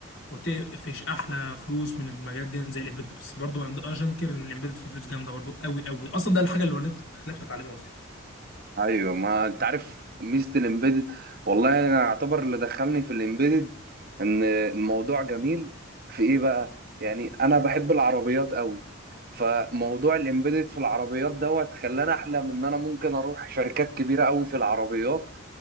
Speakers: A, on the left; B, on the right.
A: وتقفش احلى فلوس من المجالات دي زي الامبيدد بس برضه عند اشنكر ان الامبيدد فيه فلوس جامده برضه قوي قوي اصلا ده الحاجه اللي ولت خلتنا اتعلمها اصلا
B: ايوه ما انت عارف ميزه الامبيدد والله انا اعتبر اللي دخلني في الامبيدد ان الموضوع جميل في ايه بقى يعني انا بحب العربيات قوي فموضوع الامبيدد في العربيات دوت خلاني احلم ان انا ممكن اروح شركات كبيره قوي في العربيات